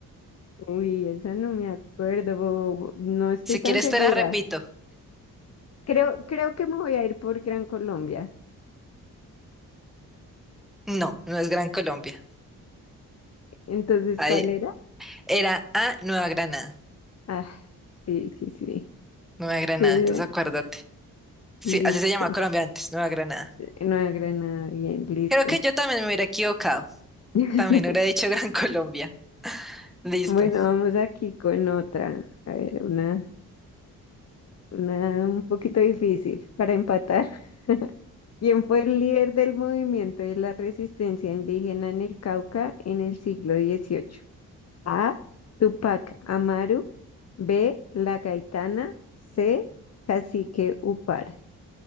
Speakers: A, on the left; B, in the centre.
A: Uy, esa no me acuerdo, no estoy
B: Si
A: tan
B: quieres
A: segura.
B: te la repito.
A: Creo, creo que me voy a ir por Gran Colombia.
B: No, no es Gran Colombia.
A: Entonces,
B: Ahí-
A: ¿cuál era?
B: era A, Nueva Granada.
A: Ah, sí, sí, sí.
B: Nueva Granada,
A: Sí,
B: entonces acuérdate. Sí,
A: listo.
B: así se llamaba Colombia antes, Nueva Granada.
A: Nueva Granada, bien, listo.
B: Creo que yo también me hubiera equivocado.
A: <laughs>
B: También hubiera dicho <laughs> Gran Colombia. Listo.
A: Bueno, vamos aquí con otra. A ver, una, una un poquito difícil para empatar. <laughs> ¿Quién fue el líder del movimiento de la resistencia indígena en el Cauca en el siglo XVIII? A. Tupac Amaru. B. La Gaitana. C. Cacique Upar.